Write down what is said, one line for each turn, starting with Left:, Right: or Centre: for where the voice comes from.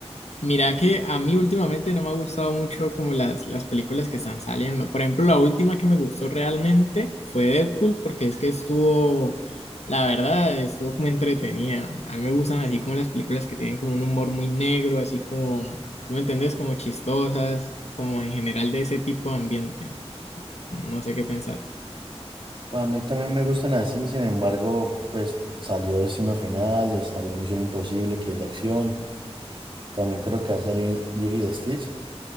Left: mira que a mí últimamente no me ha gustado mucho como las, las películas que están saliendo. Por ejemplo, la última que me gustó realmente fue Deadpool porque es que estuvo, la verdad, estuvo como entretenida. A mí me gustan así como las películas que tienen como un humor muy negro, así como, si me entendés, como chistosas, como en general de ese tipo de ambiente. No sé qué pensás.
Right: Pues a mí también me gustan así, sin embargo, pues salió Destino Final, eh, salió Misión Imposible, que es de acción. También creo que va a salir Lilo y Stitch.